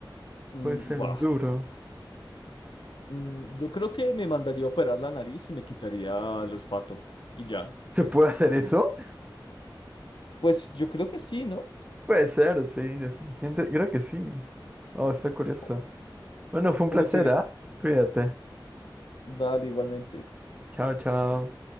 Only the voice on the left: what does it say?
Mm,
buah,
mm, yo creo que me mandaría a operar la nariz y me quitaría el olfato y ya,
pues
así,
pues yo creo que sí, ¿no?
O,
o
me pega,
dale igualmente,